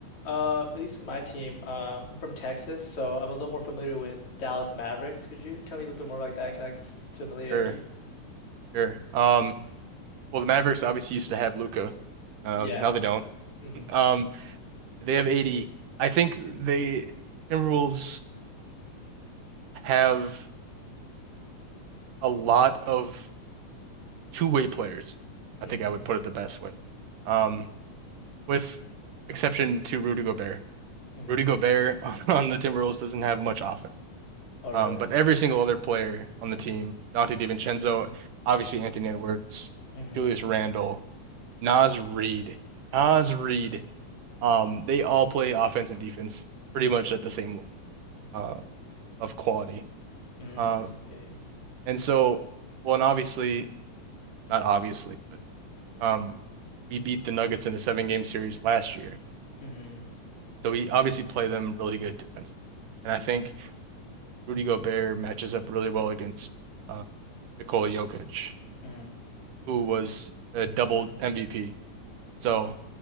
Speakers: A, on the left; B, on the right.
A: Uh, at least for my team, uh, I'm from Texas, so I'm a little more familiar with Dallas Mavericks. Could you tell me a little bit more like that kind of like, s- familiarity?
B: Sure, sure. Um, well, the Mavericks obviously used to have Luca. Um,
A: Yeah.
B: now they don't. <laughs>
A: Mm-hmm.
B: Um, they have 80. I think they Timberwolves have a lot of two-way players. I
A: Mm-hmm.
B: think I would put it the best way. Um, with exception to Rudy Gobert.
A: Mm-hmm.
B: Rudy Gobert <laughs> on the Timberwolves doesn't have much offense.
A: Oh, really?
B: Um, but every single other player on the
A: Mm-hmm.
B: team, Dante DiVincenzo, obviously Anthony Edwards,
A: Mm-hmm.
B: Julius Randle, Naz Reid, Naz Reid, um, they all play offense and defense pretty much at the same level uh, of quality.
A: Mm,
B: Uh,
A: I see.
B: and so, well, and obviously, not obviously, but um, we beat the Nuggets in a seven game series last year.
A: Mm-hmm.
B: So we obviously play them really good defense. And I think Rudy Gobert matches up really well against uh, Nikola Jokic.
A: Mm-hmm.
B: who was a double MVP. So